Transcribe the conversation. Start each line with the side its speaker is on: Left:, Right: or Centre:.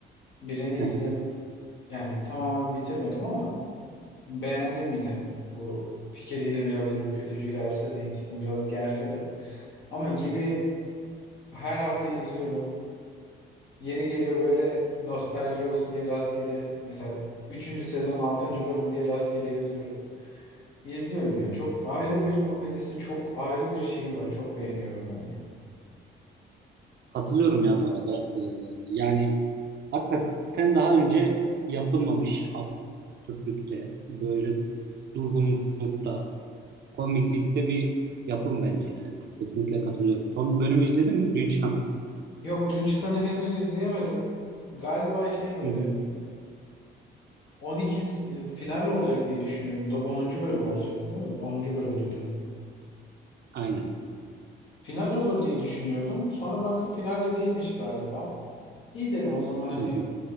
Left: Birini
Right: <laughs>
Left: izledim. Yani tamamen bitirmedim ama beğendim yine. Bu fikir yine biraz ürkütücü gelse de insanı biraz gerse de. Ama gibi her hafta izliyorum. Yeri geliyor böyle nostalji olsun diye rastgele mesela üçüncü sezon altıncı bölüm diye rastgele yazıyorum. İzliyorum ya. Çok ayrı bir komedisi, çok ayrı bir şeyi var. Çok beğeniyorum ben ya.
Right: Katılıyorum ya bu arada. E, yani hakikaten daha önce yapılmamış absürtlükte böyle durgunlukta komiklikte bir yapım bence yani. Kesinlikle katılıyorum. Son bölümü izledin mi? Dün çıkanı.
Left: Yok, dün çıkanı henüz izleyemedim. Galiba şey böyle
Right: Hı hı.
Left: 12. e, final olacak diye düşünüyordum. Do- 10. bölüm olacaktı değil mi? 10. bölümdü dün.
Right: Aynen.
Left: Final olur diye düşünüyordum. Sonra baktım finalde değilmiş galiba. İyi dedim o zaman hani
Right: Hı hı.